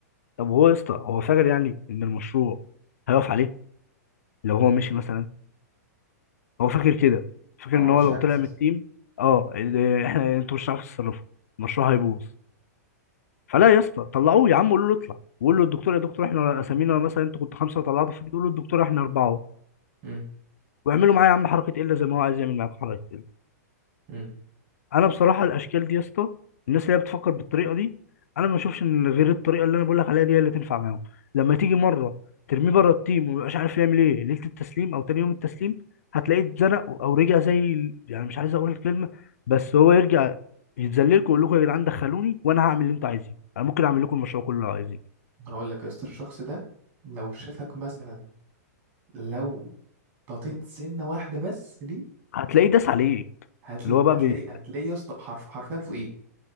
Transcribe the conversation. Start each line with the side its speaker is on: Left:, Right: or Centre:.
Left: طب هو يا اسطى هو فاكر يعني ان المشروع هيقف عليه لو هو مشي
Right: مم.
Left: مثلا هو فاكر كده فاكر
Right: او
Left: ان
Right: ما عملش
Left: هو لو
Right: حاجه
Left: طلع
Right: اساسا
Left: من التيم اه إيه، احنا انتوا مش هتعرفوا تتصرفوا المشروع هيبوظ فلا يا اسطى طلعوه يا عم قولوا له اطلع وقول له الدكتور يا دكتور احنا اسامينا مثلا انتوا كنتوا خمسه وطلعتوا في تقول له الدكتور احنا اربعه
Right: امم
Left: واعملوا معايا يا عم حركه الا زي ما هو عايز يعمل معاكم حركه
Right: امم
Left: انا بصراحه الاشكال دي يا اسطى الناس اللي هي بتفكر بالطريقه دي انا ما اشوفش ان غير الطريقه اللي انا بقول لك عليها دي هي اللي تنفع معاهم لما تيجي مره ترميه بره التيم ومبقاش عارف يعمل ايه ليله التسليم او تاني يوم التسليم هتلاقيه اتزنق او رجع زي ال- يعني مش عايز اقول الكلمه بس هو يرجع يتذللكم ويقول لكم يا جدعان دخلوني وانا هعمل اللي انتوا عايزينه انا ممكن اعمل لكم المشروع كله اللي عايزينه
Right: هقول لك يا اسطى الشخص ده لو شافك مثلا لو ططيت سنه واحده بس دي
Left: هتلاقيه داس عليك
Right: هتل...
Left: اللي هو بقى
Right: هتلاقي
Left: بي...
Right: هتلاقي يا اسطى حرف... حرفيا فوقيك